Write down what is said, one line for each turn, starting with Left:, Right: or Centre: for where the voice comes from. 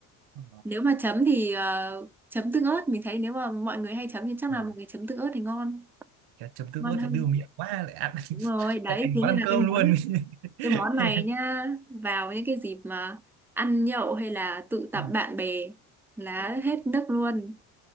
Right: ờ,
Centre: Nếu mà chấm thì ờ, chấm tương ớt. Mình thấy nếu mà mọi người hay chấm thì chắc
Right: ờ.
Centre: là mọi người chấm tương ớt thì ngon.
Right: Chả chấm tương
Centre: Ngon
Right: ớt
Centre: hơn.
Right: lại đưa miệng quá lại ăn
Centre: Đúng rồi,
Right: <laughs>
Centre: đấy.
Right: lại thành
Centre: Thế
Right: món
Centre: nên
Right: ăn
Centre: là
Right: cơm
Centre: cái món
Right: luôn
Centre: cái món
Right: <laughs>
Centre: này nhá. Vào những cái dịp mà ăn nhậu hay là tụ tập
Right: Ừ.
Centre: bạn bè là hết nước luôn.